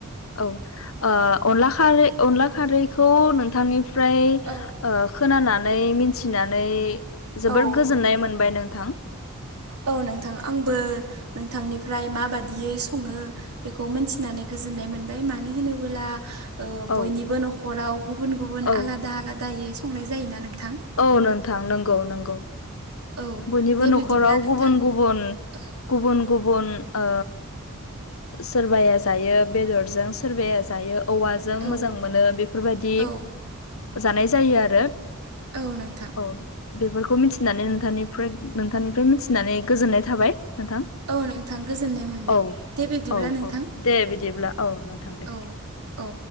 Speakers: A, on the left; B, on the right.
A: औ ओ अनला खारै अनला खारैखौ नोंथांनिफ्राय
B: औ
A: ओ खोनानानै मिथिनानै जोबोर
B: औ
A: गोजोननाय मोनबाय नोंथां।
B: औ नोंथां आंबो नोंथांनिफ्राय माबादियै सङो बेखौ मोनथिनानै गोजोननाय मोनबाय मानो होनोब्ला ओ
A: औ
B: बयनिबो न'खराव गुबुन गुबुन
A: औ
B: आलादा आलादायै संनाय जायोना नोंथां।
A: औ नोंथां नंगौ नंगौ।
B: औ
A: बयनिबो
B: दे
A: न'खराव
B: बिब्दिब्ला नोंथां
A: गुबुन गुबुन
B: औ
A: गुबुन गुबुन ओ सोरबाया जायो बेदरजों सोरबाया जायो औवा जों
B: औ
A: मोजां मोनो बेफोरबायदि
B: औ
A: जानाय जायो आरो।
B: औ नोंथां।
A: औ बेफोरखौ मिथिनानै नोंथांनिफ्राय नोंथांनिफ्राय मिथिनानै गोजोननाय थाबाय नोंथां।
B: औ नोंथां गोजोननाय मोनबाय
A: औ
B: दे बिदिब्ला
A: औ
B: नोंथां।
A: औ दे बिदिब्ला औ नोंथां। दे
B: औ औ